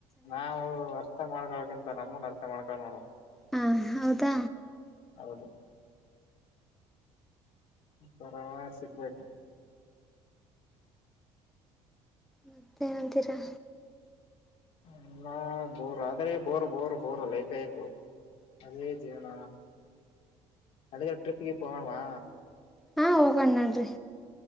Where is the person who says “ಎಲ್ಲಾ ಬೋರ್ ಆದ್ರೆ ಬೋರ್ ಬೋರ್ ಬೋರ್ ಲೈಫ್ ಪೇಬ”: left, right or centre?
Left